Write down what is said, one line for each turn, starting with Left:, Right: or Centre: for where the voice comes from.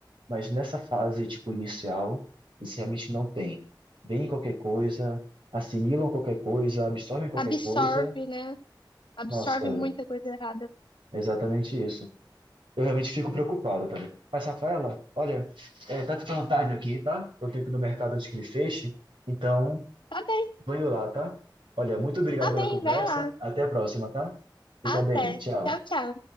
Right: Mas nessa fase, tipo, inicial, isso realmente não tem. Vem qualquer coisa, assimilam qualquer coisa, absorvem qualquer
Left: Absorve,
Right: coisa.
Left: né? Absorve
Right: Nossa,
Left: muita coisa errada.
Right: é exatamente isso. Eu realmente fico preocupado, tá ligado? Mas, Rafaela, olha, é, tá ficando tarde aqui, tá? Eu tenho que ir no mercado antes que ele feche, então
Left: Tá bem,
Right: vou indo lá, tá? Olha, muito obrigado
Left: tá
Right: pela
Left: bem,
Right: conversa.
Left: vai lá.
Right: Até a próxima, tá? Fica
Left: Até.
Right: bem, tchau.
Left: Tchau, tchau.